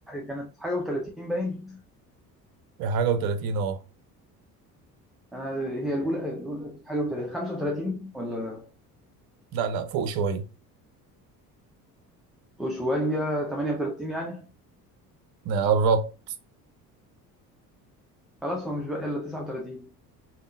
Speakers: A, in the centre; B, on the right.
A: كانت حاجه و30 باين
B: في حاجة وتلاتين اه
A: انا هي الاولى الاولى حاجه و30 35 ولا
B: لا لا فوق شوية
A: شويه 38 يعني
B: قربت
A: خلاص هو مش بقى الا 39